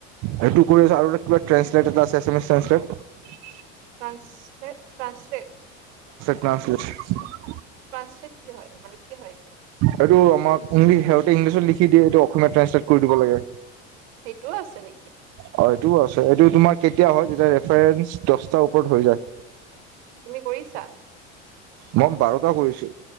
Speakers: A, on the right (about 50°); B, on the right (about 75°).
A: সেইটো কৰি আছা আৰু কিবা ট্ৰান্সলেট এটা আছে Assamese translate.
B: Translate translate.
A: Translate
B: translate কি হয়? মানে কি হয় এইটো?
A: এইটো আমাক অনলি সিহঁতে ইংলিছত লিখি দিয়ে এইটো অসমীয়াত ট্ৰেঞ্চলেট কৰি দিব লাগে।
B: সেইটোও আছে নেকি।
A: অ এইটোও আছে এইটো তোমাৰ কেতিয়া হয় যেতিয়া ৰেফাৰেঞ্চ দছটাৰ ওপৰত হৈ যায়।
B: তুমি কৰিছা
A: মই বাৰটা কৰিছো।